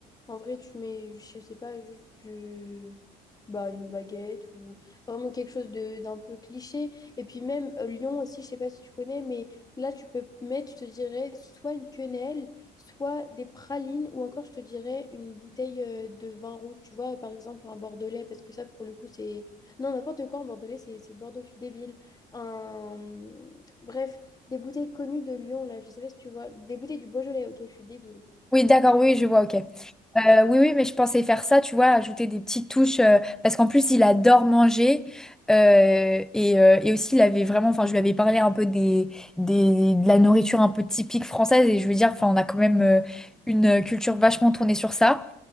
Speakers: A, on the left; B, in the centre.
A: en vrai, tu mets, je sais pas, juste du, bah, une baguette ou vraiment quelque chose de d'un peu cliché. Et puis même euh, Lyon aussi, je sais pas si tu connais, mais là, tu peux mettre, je te dirais, soit une quenelle, soit des pralines, ou encore, je te dirais, une bouteille euh, de vin rouge. Tu vois, par exemple, un bordelais, parce que ça, pour le coup, c'est. Non, n'importe quoi, un bordelais, c'est c'est Bordeaux, je suis débile. Un... Bref. Des bouteilles connues de Lyon, là, je sais pas si tu vois. Des bouteilles du Beaujolais, ok, je suis débile.
B: Oui, d'accord, oui, je vois, ok. Euh, oui, oui, mais je pensais faire ça, tu vois, ajouter des petites touches, euh, parce qu'en plus, il adore manger, euh, et, euh, et aussi, il avait vraiment, enfin, je lui avais parlé un peu des, des, de la nourriture un peu typique française, et je veux dire, enfin, on a quand même euh, une culture vachement tournée sur ça.